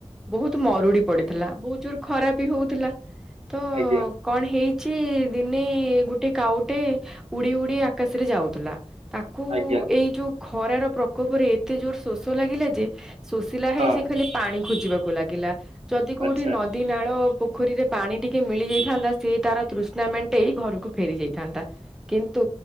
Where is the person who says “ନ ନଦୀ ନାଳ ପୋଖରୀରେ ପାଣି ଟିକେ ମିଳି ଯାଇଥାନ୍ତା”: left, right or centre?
Centre